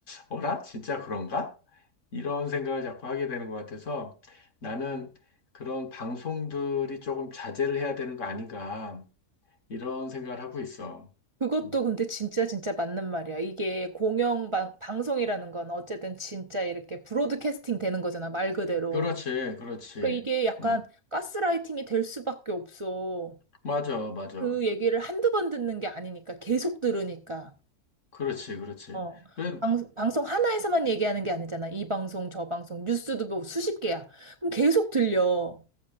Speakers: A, on the left; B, on the right.
A: 어라? 진짜 그런가? 이런 생각을 자꾸 하게 되는 것 같아서 나는 그런 방송들이 조금 자제를 해야 되는 거 아닌가. 이런 생각을 하고 있어.
B: 그것도
A: 음.
B: 근데 진짜 진짜 맞는 말이야. 이게 공영 방, 방송이라는 건 어쨌든 진짜 이렇게 브로드캐스팅 되는 거잖아, 말 그대로.
A: 그렇지, 그렇지.
B: 그러니까 이게 약간
A: 음.
B: 가스라이팅이 될 수밖에 없어.
A: 맞아, 맞아.
B: 그 얘기를 한두 번 듣는 게 아니니까, 계속 들으니까.
A: 그렇지, 그렇지.
B: 어.
A: 그래,
B: 방, 방송 하나에서만 얘기하는 게 아니잖아. 이 방송, 저 방송, 뉴스도 뭐 수십 개야. 그럼 계속 들려.